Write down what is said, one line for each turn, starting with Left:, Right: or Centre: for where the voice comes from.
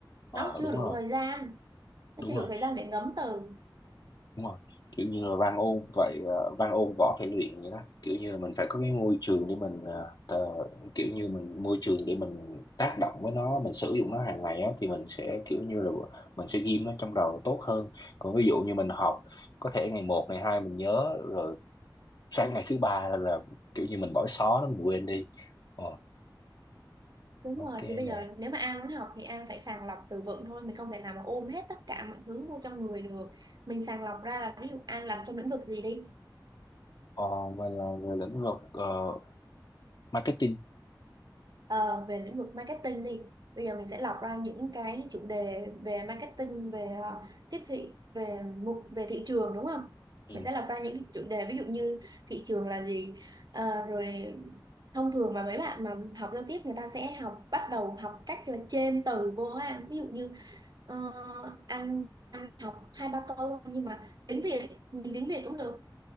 Left: ờ
Right: nó chưa
Left: đúng
Right: đủ
Left: rồi
Right: thời gian nó
Left: đúng
Right: chưa đủ
Left: rồi
Right: thời gian để ngấm từ
Left: đúng rồi kiểu như là văn ôn vậy ờ, văn ôn võ phải luyện vậy đó kiểu như là mình phải có cái môi trường để mình ờ, tờ- kiểu như mình môi trường để mình tác động với nó mình sử dụng nó hàng ngày á thì mình sẽ kiểu như là mình sẽ ghim nó trong đầu tốt hơn còn ví dụ như mình học có thể ngày một ngày hai mình nhớ rồi sang ngày thứ ba là kiểu như mình bỏ xó nó mình quên đi ờ,
Right: Đúng
Left: ok
Right: rồi, thì bây
Left: nè
Right: giờ nếu mà An muốn học thì An phải sàng lọc từ vựng thôi, mình không thể nào mà ôm hết tất cả mọi thứ vô trong người được. Mình sàng lọc ra là ví dụ An làm trong lĩnh vực gì đi,
Left: ờ, và là về lĩnh vực ờ, marketing
Right: ờ, về lĩnh vực marketing đi. Bây giờ mình sẽ lọc ra những cái chủ đề về marketing, về ờ, tiếp thị, về mục về thị trường đúng không?
Left: ừ,
Right: Mình sẽ lọc ra những cái chủ đề ví dụ như thị trường là gì, Ờ, rồi thông thường mà mấy bạn mà học giao tiếp người ta sẽ học bắt đầu học cách là chêm từ vô á An. Ví dụ như Ờ, anh, anh học hai ba câu nhưng mà tiếng Việt nhìn tiếng Việt cũng được